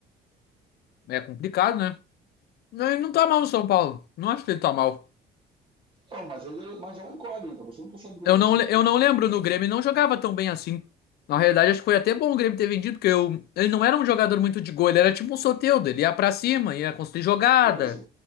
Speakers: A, on the left; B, on the right.
A: é complicado, né? Não, Ele não tá mal no São Paulo. Não acho que ele tá mal.
B: Não, mas, ele, mas é um incógnita. Você nunca sabe quando
A: Eu
B: ele vai
A: não,
B: jogar
A: le- eu
B: bem.
A: não lembro no Grêmio, ele não jogava tão bem assim. Na realidade, acho que foi até bom o Grêmio ter vendido, porque eu, ele não era um jogador muito de gol, ele era tipo um Soteldo, ele ia pra cima, ia construir jogada,
B: E é isso.